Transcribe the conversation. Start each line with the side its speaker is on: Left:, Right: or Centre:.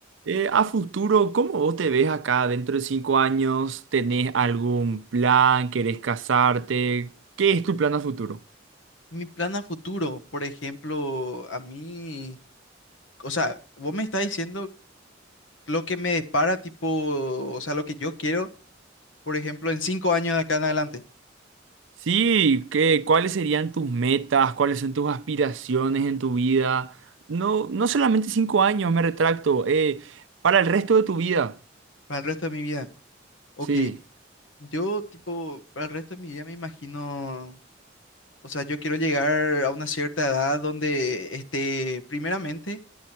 Right: Eh, a futuro, ¿cómo vos te ves acá dentro de cinco años? ¿Tenés algún plan? ¿Querés casarte? ¿Qué es tu plan a futuro?
Left: Mi plan a futuro, por ejemplo, a mí, o sea, vos me estás diciendo lo que me depara, tipo, o sea, lo que yo quiero, por ejemplo, en cinco años de acá en adelante,
Right: Sí, ¿qué, cuáles serían tus metas? ¿Cuáles son tus aspiraciones en tu vida? No, no solamente cinco años, me retracto. eh, para el resto de tu vida.
Left: para el resto de mi vida. Ok,
Right: Sí,
Left: yo, tipo, para el resto de mi vida me imagino, o sea, yo quiero llegar a una cierta edad donde, este, primeramente,